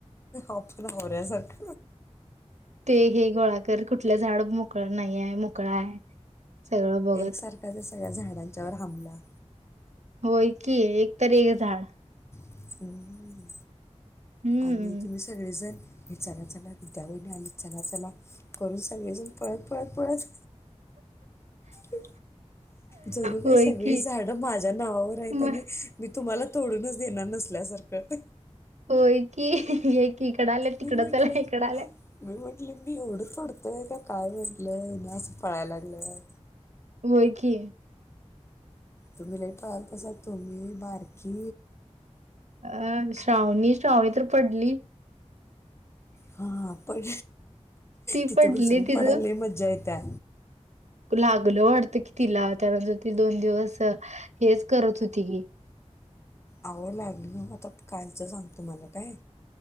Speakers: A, on the left; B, on the right.
A: आपफला होर्या सख
B: ते हे गोळाकर कुठले झाड मोकळ नाही आहे मोकळा आहे सगळं बघत.
A: एकसारखा त्या सगळ्या झाडांच्यावर हमला
B: होय की एक तर एक झाड
A: हम्
B: हम्म.
A: आणि तुम्ही सगळेजण हे चना चला विद्याभहिनी आ चना चला करून सगळेजण पळत पळत पळत हो जणू काय
B: होय
A: सगळी
B: की
A: झाडं माझ्या नावावर आहेत
B: म
A: आणि मी तुम्हाला तोडूनच देणार नसल्यासारखं
B: हो की की इकडं आलं तिकडं
A: मी म्हटलं
B: चला इकडं आलाय
A: मी म्हटलं मी एवढं तोडतय का काय म्हटलंय नाही अस पळायला लागले
B: होय कि
A: तुम्ही र पा कसं तु्ही बारकी
B: अ श्रावणी श्रावणी तर पडली
A: हा पण
B: ती
A: तिथं
B: पडली
A: घसरून
B: तिचं
A: पडायला मज्जा येत कत्ता
B: लागलं वाटत कि तिला त्यानंतर ती दोन दिवस हेच करत होती की
A: आवं लागल म आता कालच सांग तु मला काय